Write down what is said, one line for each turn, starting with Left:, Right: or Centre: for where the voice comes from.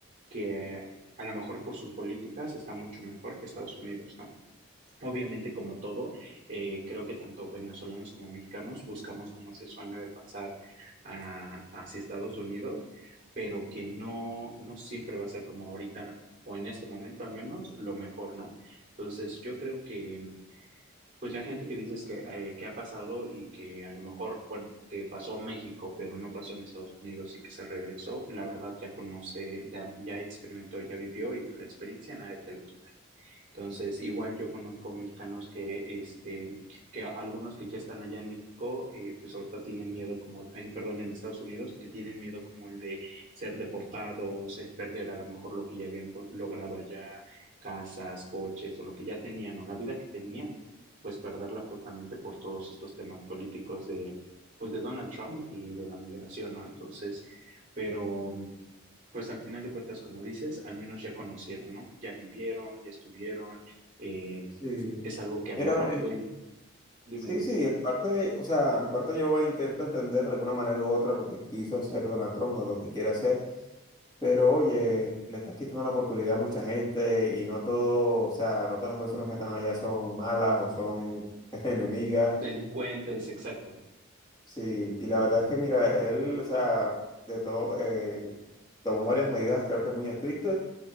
Right: que a lo mejor por sus políticas está mucho mejor que Estados Unidos, ¿no? Obviamente, como todo, eh, creo que tanto venezolanos como mexicanos buscamos como ese sueño de pasar a- hacia Estados Unidos, pero que no, no siempre va a ser como ahorita o en este momento al menos lo mejor, ¿no? Entonces, yo creo que pues la gente que dices que, eh, que ha pasado y que a lo mejor, bueno, que pasó a México, pero no pasó en Estados Unidos y que se regresó, pues la verdad ya conoce, ya, ya experimentó, ya vivió y pues la experiencia nadie te la quita. Entonces, igual yo conozco mexicanos que, este, que algunos que ya están allá en México, eh, pues ahorita tienen miedo como, ay, perdón, en Estados Unidos, que tienen miedo como el de ser deportados, el perder a lo mejor lo que ya habían co- logrado allá, casas, coches o lo que ya tenían o la vida que tenían, pues perderla justamente por todos estos temas políticos de, pues de Donald Trump y de la migración, ¿no? Entonces, pero pues al final de cuentas, como dices, al menos ya conocieron, ¿no? Ya vivieron, ya estuvieron, eh,
Left: Sí.
Right: es algo que a
Left: Mira,
Right: lo mejor tú, y dime,
Left: Sí,
Right: dime,
Left: sí, aparte, o sea, en parte yo intento entender de alguna manera u otra lo que quiso hacer Donald Trump o lo que quiere hacer, pero oye, le estás quitando la oportunidad a mucha gente y no todo, o sea, no todas las personas que están allá son malas o son <laughs> enemigas,
Right: delincuentes, exacto.
Left: sí, y la verdad es que mira, él, o sea, de todo, eh, tomó varias medidas creo que muy estrictas